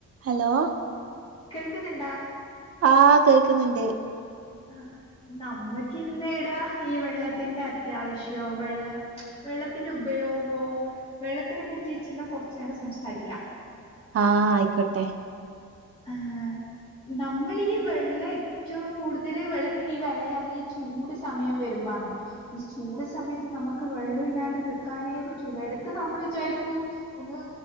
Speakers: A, on the right; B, on the left.
A: Hello
B: കേൾക്കുന്നുണ്ടാ
A: ആകേൾക്കുന്നുണ്ട്
B: ആ നമ്മക്ക്ന്നടാ ഈ വെള്ളത്തിന്റെത്യാവശ്യോ വെള്ള വെള്ളത്തിന്റെ ഉപയോഗോ വെള്ളത്തിനെ പറ്റിച്ചെല്ലാം കുറച്ചു നേരം സംസാരിക്ക
A: ആ അയ്ക്കോട്ടെ
B: ആ നമ്മളീ വെള്ളെ റ്റവും കൂടുതൽ വെള്ളത്തിന്റെ ഈ വെലയറിയ ചൂട് സമയം വരുമ്പാന്ന് ഈ ചൂട് സമയത്ത് നമുക്ക് വെള്ളല്ലാണ്ട് നിക്കാനേ പറ്റൂല എടക്ക് നമ്മൾ വിചാരിക്കൂ ഒന്ന്